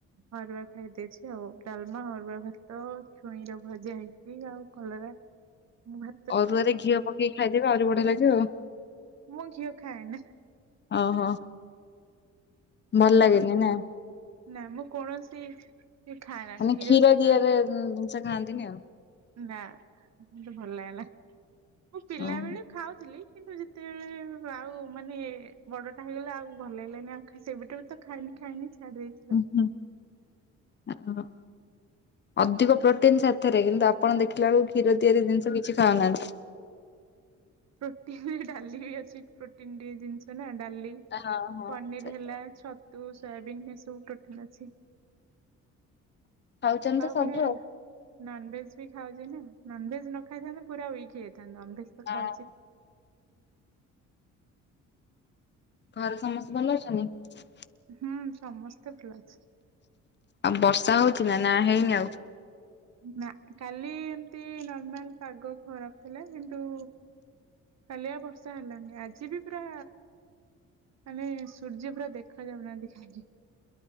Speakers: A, on the right (about 60°); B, on the left (about 35°).
A: ଅରୁଆ ଖାଇ ଦେଇଛି ଆଉ ଡାଲମା ଅରୁଆ ଭାତ ଛୁଇଁର ଭଜା ହେଇଛି ଆଉ କଲରା ମୁଁ ଭା
B: ଅରୁଆରେ ଘିଅ ପକେଇକି ଖାଇଦେବେ ଆହୁରି ବଢିଆ ଲାଗିବ ଆଉ।
A: ମୁଁ ଘିଅ ଖାଏ ନା
B: ଓହୋ
A: ମୁଁ
B: ଭଲ
A: କୌଣସି
B: ଲାଗେନି ନା।
A: ନା ମୁଁ କୌଣସି ଖାଏ ନା
B: ମାନେ
A: କ୍ଷୀର ଘିଅ।
B: ଦିହରେ ଜିନିଷ ଖାଆନ୍ତିନି ଆଉ।
A: ନା ମତେ ଭଲ ଲାଗେନା ମୁଁ ପିଲାବେଲେ
B: ଓହୋ
A: ଖାଉଥିଲି କିନ୍ତୁ ଯେତେବେଳେ ଆଉ ମାନେ ବଡଟା ହେଇଗଲେ ଆଉ ଭଲ ଲାଗିଲାନି ଆଉ ସେବେଟାରୁ ତ ଖାଇନି ଖାଇନି ଛାଡି ଦେଇଛି।
B: ଉ
A: ଆଉ।
B: ହଁ <inaudible> ଅଧିକ ପ୍ରୋଟିନ ସାଥିରେ କିନ୍ତୁ ଆପଣ ଦେଖିଲା ବେଳକୁ କ୍ଷୀର ତିଆରି ଜିନିଷ କିଛି ଖାଉନାହାନ୍ତି।
A: ପ୍ରୋଟିନ ଡାଲି ବି ଅଛି ପ୍ରୋଟିନ ଟେ ଜିନିଷ ନା ଡାଲି
B: ହଁ ହଁ
A: ପନିର
B: ସେତ
A: ହେଲା। ଛତୁ ସୋୟାବିନ୍ ଏସବୁ ପ୍ରୋଟିନ୍ ଅଛି।
B: ଖାଉଛନ୍ତି ତ
A: ଆଉ
B: ସବୁ
A: ମାନେ ନନଭେଜ ବି ଖାଉଛି ନା ନନଭେଜ। ନ ଖାଇଥାନ୍ତେ ପୁରା ୱିକ୍ ହେଇଥାନ୍ତ ନନଭେଜ୍ ତ
B: ହଁ
A: ଖାଉଛି।
B: ଘରେ ସମସ୍ତେ ଭଲ ଅଛନ୍ତି।
A: ହୁଁ ସମସ୍ତେ ଭଲ ଅଛନ୍ତି।
B: ଆଉ ବର୍ଷା ହଉଛି ନା ନା ହେଇନି ଆଉ।
A: ନା କାଲି ଏମତି ନର୍ମାଲ ପାଗ ଖରାପ ଥିଲା କିନ୍ତୁ କାଲିଆଉ ବର୍ଷା ହେଲାନି ଆଜି ବି ପୁରା ମାନେ ସୂର୍ଯ୍ୟ ପୁରା ଦେଖା ଯାଉନାହାନ୍ତି କାହିଁକି?